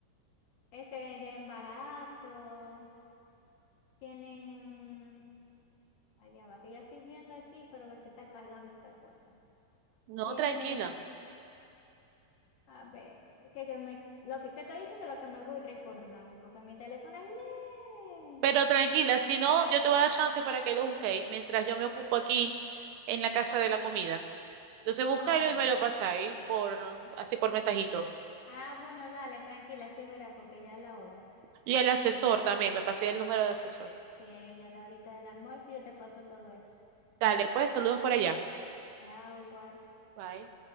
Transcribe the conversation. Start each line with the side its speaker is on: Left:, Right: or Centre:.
Left: este, de embarazo, tienen, allá va, que ya estoy viendo aquí, pero que se está cargando esta cosa.
Right: No,
Left: Tiene,
Right: tranquila.
Left: a ver, que, que me, lo que te estoy diciendo lo que me voy recordando, porque mi teléfono es lento.
Right: Pero tranquila, si no, yo te voy a dar chance para que lo busquéis mientras yo me ocupo aquí en la casa de la comida. Entonces buscáis
Left: Ah,
Right: y
Left: bueno.
Right: me lo pasáis por así por mensajito.
Left: Ah, bueno, dale, tranquila, sí es verdad, porque ya es la hora.
Right: Y al asesor también, me pasé el número del asesor.
Left: Sí, ya a la horita del almuerzo yo te paso todo eso.
Right: Dale, pues saludos por allá.
Left: Chao, igual.
Right: Bye.